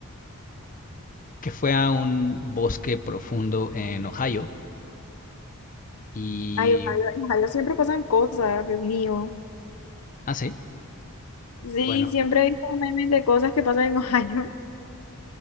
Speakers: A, on the left; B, on the left.
A: que fue a un bosque profundo en Ohio y...
B: Ay, ojalá, ojalá siempre pasan cosas, Dios mío.
A: Ah, sí,
B: Sí,
A: bueno.
B: siempre he visto memes de cosas que pasan en <laughs> Ohio.